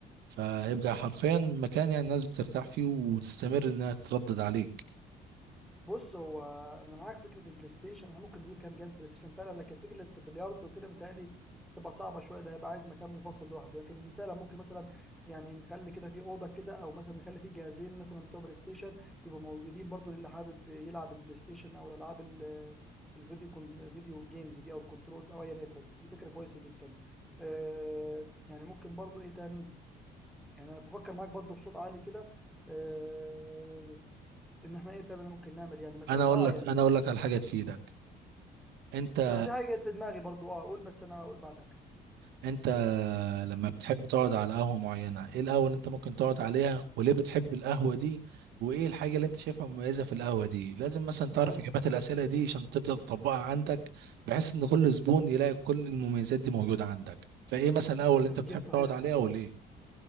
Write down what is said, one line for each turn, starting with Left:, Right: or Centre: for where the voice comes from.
Right: فهيبقى حرفيا مكان يعني الناس بترتاح فيه وتستمر إنها تردد عليك
Centre: بص هو انا معاك فكره البلاي ستيشن احنا ممكن نجيب كام جهاز بلاي ستيشن فعلا لكن فكره البلياردو وكده متهيألي تبقى صعبه شويه ده هيبقى عايز مكان منفصل لوحده لكن فعلا ممكن مثلا يعني نخلي كده في اوضه كده او مثلا نخلي فيه جهازين مثلا بتوع بلاي ستيشن يبقوا موجودين برضو للي حابب يلعب البلاي ستيشن او الالعاب ال- الفيديو كون فيديو جيمز دي او الكنترولز او ايا يكن دي فكره كويسه جدا آه يعني ممكن برضو ايه تاني يعني انا بفكر معاك برضو بصوت عالي كده آه، ان احنا ايه تاني ممكن نعمل يعني مثلا
Right: أنا أقول
Centre: اه
Right: لك
Centre: يعني
Right: أنا أقول لك على حاجة تفيدك أنت
Centre: انا في حاجه جت في دماغي برضو اه اقول بس انا اقول بعدك
Right: أنت لما بتحب تقعد على قهوة معينة إيه القهوة اللي أنت ممكن تقعد عليها وليه بتحب القهوة دي وإيه الحاجة اللي أنت شايفها مميزة في القهوة دي لازم مثلا تعرف
Centre: حلو
Right: إجابات الأسئلة دي عشان تبدأ تطبقها عندك بحيث إن كل زبون يلاقي كل المميزات دي موجودة عندك فإيه مثلا القهوة اللي
Centre: تفكير
Right: أنت بتحب
Centre: صحيح
Right: تقعد عليها وليه